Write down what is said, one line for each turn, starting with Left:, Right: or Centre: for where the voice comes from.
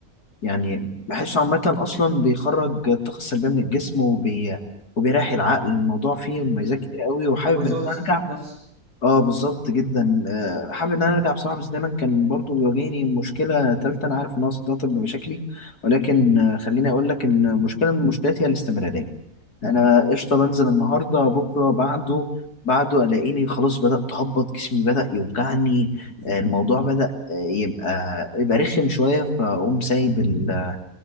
Left: يعني بحسه عامة أصلا بيخرج الطاقة السلبية من الجسم وبي وبيريح العقل الموضوع فيه مميزات
Right: مم.
Left: كتير قوي وحابب
Right: هو يزود
Left: إن
Right: الثقة
Left: أنا أرجع
Right: بالنفس
Left: اه بالظبط جدا آه، حابب ان انا ارجع بصراحه بس دايما كان برضو بيواجهني مشكله تالته انا عارف انها صدعت بمشاكلي ولكن آه، خليني اقول لك ان مشكله من المشكلات هي الاستمراريه انا قشطه بنزل
Right: مم.
Left: النهارده بكره بعده بعده الاقيني خلاص بدات اهبط جسمي بدا يوجعني آه، الموضوع بدا آه، يبقى يبقى رخم شويه فاقوم سايب ال-